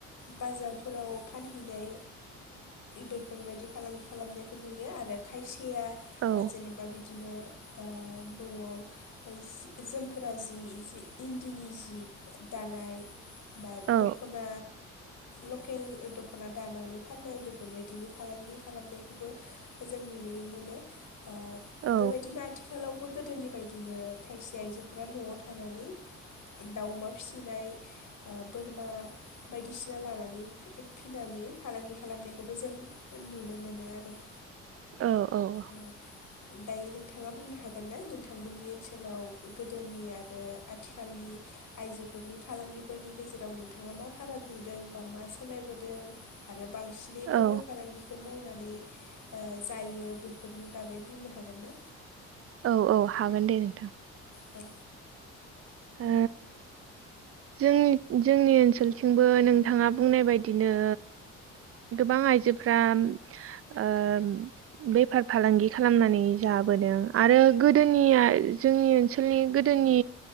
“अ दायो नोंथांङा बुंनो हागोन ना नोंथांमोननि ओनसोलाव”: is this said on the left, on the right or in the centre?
Left